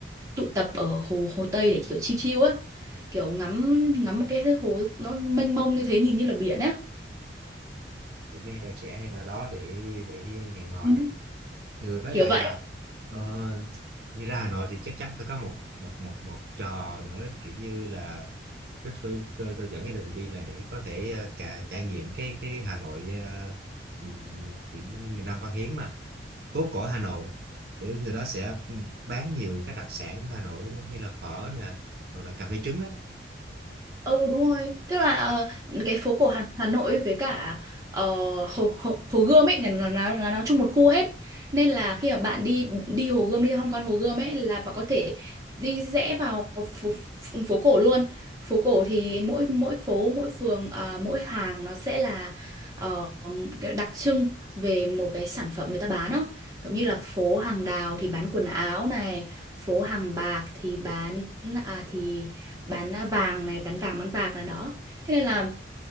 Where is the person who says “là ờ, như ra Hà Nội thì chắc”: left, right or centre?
Right